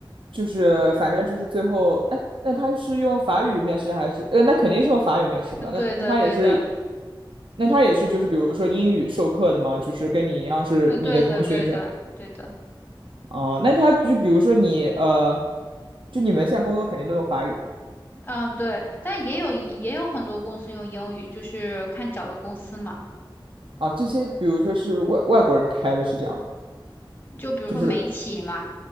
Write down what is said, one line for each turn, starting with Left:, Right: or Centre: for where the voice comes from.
Right: 就是反正就是最后，哎，那他是用法语面试还是？呃，那肯定是用法语面试吧？
Left: 嗯，对的，
Right: 那他也是，
Left: 对的，
Right: 那他也是就是比如说英语授课的吗？就是跟你一样是你的同学这样。
Left: 嗯，对的，对的，对的，
Right: 哦，那他就比如说你呃，就你们现在工作肯定都用法语的
Left: 嗯，对。但也有也有很多公司用英语，就是看找的公司嘛。
Right: 啊，这些比如说是外外国人开的是这样吗？
Left: 就比如说美企嘛，
Right: 就是